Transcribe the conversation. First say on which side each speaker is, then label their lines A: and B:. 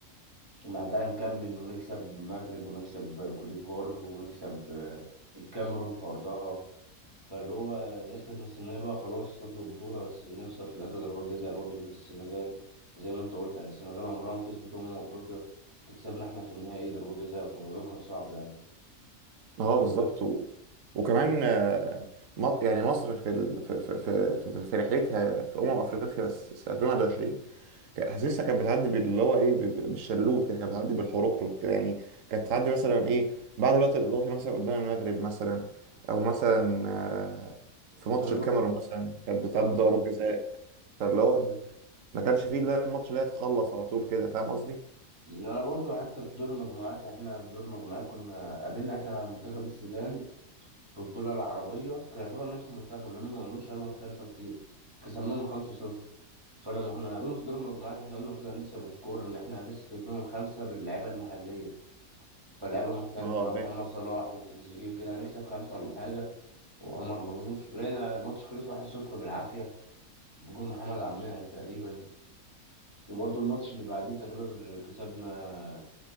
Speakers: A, on the right (about 15°); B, on the right (about 65°).
A: ومع ده نكمل ونكسب المغرب ونكسب كوت ديفوار ونكسب آه، الكاميرون في أرضها فاللي هو الناس كانت مستنية بقى خلاص ناخد البطولة بس نخسر في الآخر ضربات جزاء برضه زي السنغال زي ما أنت قلت يعني السنغال عمرها ما كسبت أمم أفريقيا تكسبنا إحنا في النهائي ضربات جزاء فالموضوع كان صعب يعني
B: اه
A: طب
B: بالظبط و... وكمان آه، م- يعني مصر في ال... في في في, في في رحلتها في امم افريقيا س- سنه 2021 كان- حاسسها كانت بتعدي باللي هو ايه ب- ب- بالشلوت كده، كانت بتعدي بالحروكرو كده يعني كانت بتعدي مثلا ايه بعد الوقت الاضافي مثلا قدام المغرب مثلا او مثلا آه، في ماتش
A: ضربات
B: الكاميرون مثلا كانت بتعدي
A: لا، ض-
B: ضربات جزاء فاللي هو
A: مم.
B: ما كانش فيه الا الماتش اللي هي تخلص على طول كده فاهم قصدي؟
A: أنا برضه حتى في دور المجموعات إحنا في دور المجموعات كنا قابلنا إحنا منتخب السودان في البطولة العربية كان يعتبر نفس المنتخب لأنهم ما عندهمش لعيبة محترفة كتير كسبناهم 5-0 فلما كنا نقابلهم في دور المجموعات إحنا قلنا المفروض هنكسب وسكور إن إحنا لسه كسبانهم خمسة باللعيبة المحلية فاللعيبه المحترفه
B: اه
A: بقى محمد
B: ايوه
A: صلاح وتريزيجيه وكده هنكسب خمسه ولا حاجه وعمر مرموش لقينا الماتش خلص 1-0 بالعافيه بجول محمد عمان يعني تقريبا وبرده الماتش اللي بعديه تقريبا كسبنا